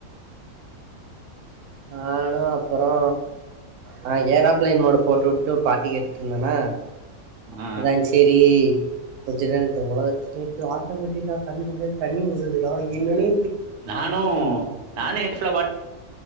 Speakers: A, on the right (about 85°); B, on the right (about 55°).
A: நானோ அப்புரோ அ நா ஏறா பிளைன் மோடு போட்டு உட்டு பாட்டு கேட்டுருந்தனா
B: ஆ
A: அதா செரி கொஞ்ச நேர இந்த உலகத் <unintelligible> ஆட்டோமேட்டிகா கண்ணுலந்து தண்ணி உழுதுறா என்னனே
B: நானு நானோ நட்ஃபுல்லா